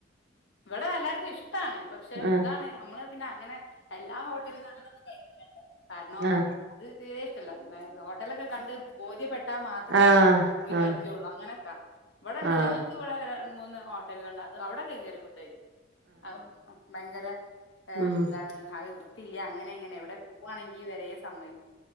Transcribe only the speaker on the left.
ഇവിടെ എല്ലാർക്കും ഇഷ്ടാണ് പക്ഷെ
ഇതാണ് നമ്മള പിന്നെ അങ്ങനെ എല്ലാ ഹോട്ടൽന്ന് അങ്ങനെ ഒന്നും കഴിക്കൂലാട്ടോ കാരാണോ
അത് ദേ ക്കില്ല ബായ് ഹോട്ടലൊക്കെ കണ്ട് ബോധ്യപ്പെട്ടാ മാത്രേ
പോയി കഴിക്കുള്ളു
അങ്ങനൊക്കെ ഇവിടെണ്ട്
ഞങ്ങക്കിവിടെ രണ്ട് മൂന്ന് ഹോട്ടലുകള്ണ്ട് അത് അവിടൊക്കെ കേറി ഫുഡയ്ക്കും ഔ ആഹ് ബയങ്കരെ എന്താണ്
അത് വൃത്തിയില്ല അങ്ങനെ ഇങ്ങനെ എവടെ പോവാണെങ്കി വരെ സമ്മയ്ക്കും